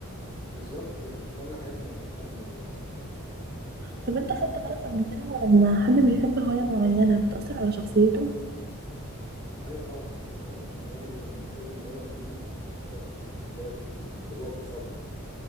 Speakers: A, on the left; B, on the right.
A: بالظبط وبتخلي حياتنا أجمل وأسهل
B: طب انت خدت بالك قبل كده لما حد بيحب هواية معينة بتأثر على شخصيته؟
A: أيوة طبعا يعني مثلا لما الواحد يبقى ملتزم برياضة معينة بيبقى أكثر انضباط انضباط وصبر